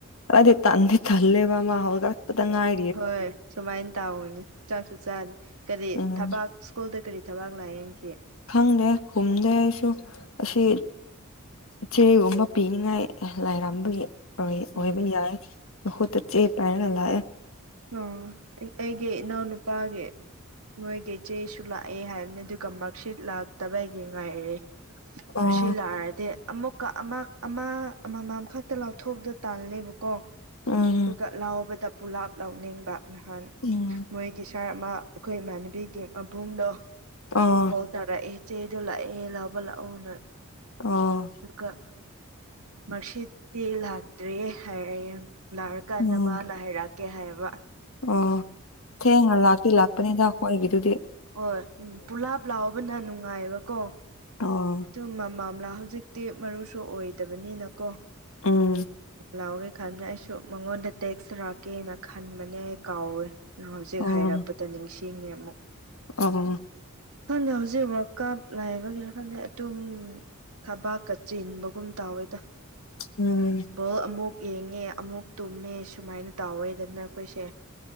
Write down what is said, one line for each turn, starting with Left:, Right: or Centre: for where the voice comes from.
Left: ꯑꯗꯤ ꯇꯗ ꯇꯂꯦꯕꯃꯒ ꯑꯠꯄꯗꯪ ꯍꯥꯏ
Right: ꯍꯣꯏ ꯁꯨꯃꯥꯏꯅ ꯇꯥꯎꯅꯤ ꯆꯥꯛꯁꯨ ꯆꯥꯗꯦ ꯀꯔꯤ
Left: ꯎꯝ
Right: ꯊꯕꯥꯛ ꯁ꯭ꯀꯨꯜꯗ ꯀꯔꯤ ꯊꯕꯥꯛ ꯂꯥꯛꯑꯦꯁꯦ
Left: ꯈꯪꯗꯦ ꯈꯨꯝꯗꯦ ꯑꯩꯁꯨ ꯑꯁꯤ ꯆꯦꯒꯨꯝꯕ ꯄꯤꯅꯤꯡꯉꯥꯏ ꯂꯥꯏꯔꯝꯕꯒꯤ ꯑꯣꯏꯕ
Right: ꯑꯣ ꯑꯣ
Left: ꯌꯥꯏꯨ ꯇ ꯆꯦ ꯄꯥꯏꯅ ꯂ
Right: ꯑꯣ ꯑꯩꯒꯤ ꯅ ꯅꯨꯄꯥ ꯅꯣꯢꯒꯤ ꯆꯦꯁꯨ ꯂꯥꯛꯑꯦ ꯍꯥꯢꯕꯅꯤ ꯑꯗꯨꯒ ꯃꯥꯔꯛꯁꯤꯠ ꯂꯥꯛꯇꯕꯒꯤ ꯉꯥꯢꯔꯦ ꯃꯁꯤꯂꯑꯗꯤꯦ
Left: ꯑꯣ
Right: ꯑꯃꯨꯛꯀ ꯑꯃ ꯑꯃ ꯑꯃꯃꯝ ꯈꯛꯇ ꯂꯥꯎꯊꯣꯛꯑꯗ ꯇꯥꯜꯂꯦꯕꯀꯣ
Left: ꯎꯝ
Right: ꯑꯗꯨꯒ ꯂꯥꯎꯕꯗ ꯄꯨꯂꯥꯞ ꯂꯥꯎꯅꯤꯡꯕ ꯅꯍꯥꯟ
Left: ꯎꯝ
Right: ꯃꯣꯏꯒꯤ ꯁꯥꯔ ꯑꯃ ꯑꯩꯈꯣꯏ ꯏꯃꯥꯟꯅꯕꯤꯒꯤ ꯃꯕꯨꯡꯗꯣ
Left: ꯑꯥ
Right: ꯇꯧꯔꯥ ꯑꯦ ꯆꯦꯗꯣ ꯂꯥꯛꯑꯦ ꯂꯥꯎꯕ ꯂꯥꯛꯑꯣꯅ
Left: ꯑ
Right: ꯑꯗꯨꯒ ꯃꯥꯛꯁꯤꯠꯇꯤ ꯂꯥꯛꯇ꯭ꯔꯤꯌꯦ ꯍꯥꯏꯔꯛꯑꯦ ꯅꯥꯔꯥꯀꯥꯟꯗ
Left: ꯎꯝ
Right: ꯃꯥꯅ ꯍꯥꯏꯔꯛꯀꯦ ꯍꯥꯏꯌꯦꯕ
Left: ꯑꯣ ꯊꯦꯡꯅ ꯂꯥꯛꯇꯤ ꯂꯥꯛꯄꯅꯦꯗ ꯑꯈꯣꯢꯒꯤꯗꯨꯗꯤ
Right: ꯑꯣꯢ ꯎꯝ ꯄꯨꯂꯥꯞ ꯂꯥꯎꯕꯅ ꯅꯨꯡꯉꯥꯢꯕꯀꯣ
Left: ꯑꯣ
Right: ꯇꯨ ꯃꯝꯃꯝꯂꯥ ꯍꯧꯖꯤꯛ ꯇꯦꯚ ꯃꯔꯨꯁꯨ ꯑꯣꯏꯗꯕꯅꯤꯅ ꯀꯣ
Left: ꯎꯝ
Right: ꯂꯥꯎꯔꯦ ꯈꯟꯅ ꯑꯩꯁꯨ ꯃꯉꯣꯟꯗ ꯇꯦꯛꯁ ꯔꯥꯛꯀꯦꯅ ꯈꯟꯕꯅꯦ ꯀꯥꯎꯋꯦ꯫ ꯍꯧꯖꯤꯛ
Left: ꯑꯣ
Right: ꯍꯥꯢꯔꯛꯄꯗ ꯅꯤꯡꯁꯤꯡꯉꯦ ꯃꯨꯛ꯫
Left: ꯑꯣ
Right: ꯈꯪꯗꯦ ꯍꯧꯖꯤꯛ ꯋꯥꯔꯜ ꯀꯞ ꯂꯩꯕꯥꯒꯤꯔꯥ ꯈꯪꯗꯦ ꯑꯗꯨꯝ ꯊꯕꯥꯛꯀ ꯆꯤꯟꯕꯒꯨꯝ ꯇꯥꯎꯋꯤꯗ
Left: ꯎꯝ
Right: ꯕꯣꯜ ꯑꯃꯨꯛ ꯌꯦꯡꯉꯦ ꯑꯃꯨꯛ ꯇꯨꯝꯃꯦ ꯁꯨꯃꯥꯢꯅ ꯇꯥꯎꯋꯦꯗꯅ꯫ ꯑꯩꯈꯣꯏꯁꯦ